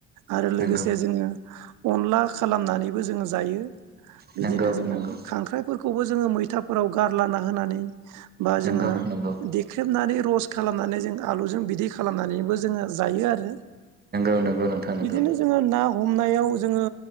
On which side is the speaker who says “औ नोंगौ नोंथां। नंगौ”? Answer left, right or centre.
Right